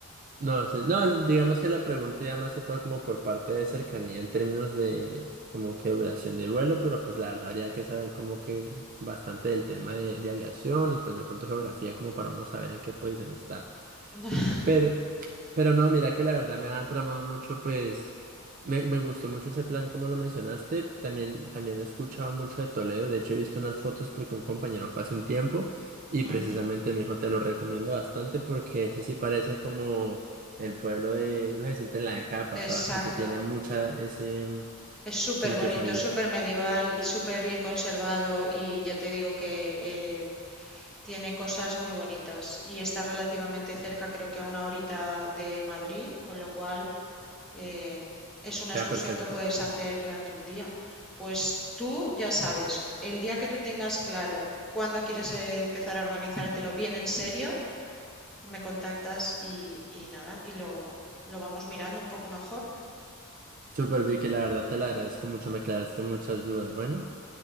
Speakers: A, on the right (about 40°); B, in the centre.
A: No, sí, no, digamos que la pregunta ya más que todo como por parte de cercanía en términos de como que duración de vuelo, pero pues la verdad habría que saber como que bastante del tema de, de aviación y pues de pronto geografía como para uno saber en qué posición está.
B: <laughs>
A: Pero, pero no, mira que la verdad me ha tramado mucho, pues me, me gustó mucho ese plan como lo mencionaste. También, también he escuchado mucho de Toledo. De hecho, he visto unas fotos porque un compañero fue hace un tiempo y
B: Ujú,
A: precisamente me dijo, te lo recomiendo bastante porque ese sí parece como el pueblo de una gente en la década pasada
B: Exacto.
A: porque tiene mucha ese, mm,
B: Es súper
A: como que
B: bonito,
A: esa vibra.
B: súper medieval y súper bien conservado y ya te digo que eh, tiene cosas muy bonitas y está relativamente cerca, creo que a una horita de Madrid, con lo cual eh, es una
A: Queda
B: excursión
A: perfecto.
B: que puedes hacer durante un día. Pues tú ya sabes, el día que tú tengas claro cuándo quieres eh, empezar a organizártelo bien en serio, me contactas y, y nada, y lo, lo vamos mirando un poco mejor.
A: Súper Vicky, la verdad te la agradezco mucho, me aclaraste muchas dudas. Bueno,